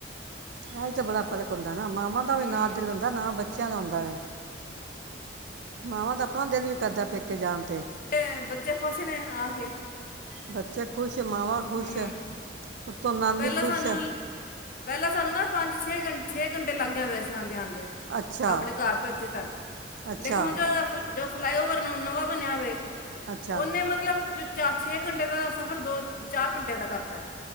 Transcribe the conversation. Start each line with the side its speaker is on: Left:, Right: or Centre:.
Right: ਇਹ ਵੀ ਤੇ ਬੜਾ ਫਰਕ ਹੁੰਦਾ ਨਾ ਮਾਵਾਂ ਦਾ ਵੀ
Left: ਹੂੰ
Right: ਨਾ ਦਿਲ ਹੁੰਦਾ ਨਾ ਬੱਚਿਆਂ ਦਾ ਆਉਂਦਾ ਵ ਮਾਵਾਂ ਦਾ ਉਹਿਲ ਵੀ ਕੱਦਾ ਪੇਕੇ ਜਾਣ
Left: ਤੇ ਬੱਚੇ ਖੁਸ਼ ਨੇ ਆ ਕੇ
Right: ਬੱਚੇ ਖੁਸ਼ ਮਾਵਾਂ ਖੁਸ਼
Left: ਹਮ
Right: ਉੱਤੋਂ ਨਾਨੀ
Left: ਪਹਿਲਾਂ
Right: ਖੁਸ਼
Left: ਸਾਨੂੰ ਪਹਿਲਾਂ ਸਾਨੂੰ ਨਾ ਪੰਜ ਛੇ ਘੰਟੇ ਛੇ ਘੰਟ ਲੱਗ ਜਾਂਦੇ ਸੀ ਆਂਦੇ ਆਂਦੇ
Right: ਅੱਛਾ
Left: ਆਪਣੇ ਘਰ ਤੋਂ ਇੱਥੇ ਤੱਕ
Right: ਅੱਛਾ
Left: ਲੇਕਿਨ ਹੁਣ ਜੋ ਜੋ ਫਲਾਈਓਵਰ ਨਵਾਂ ਬਣਿਆ ਹੋਵੇ
Right: ਅੱਛਾ
Left: ਉਹਨੇ ਮਤਲਬ ਚਾਰ ਛੇ ਘੰਟੇ ਦਾ ਸਫ਼ਰ ਦੋ ਚਾਰ ਘੰਟਿਆਂ ਦਾ ਕਰਤਾ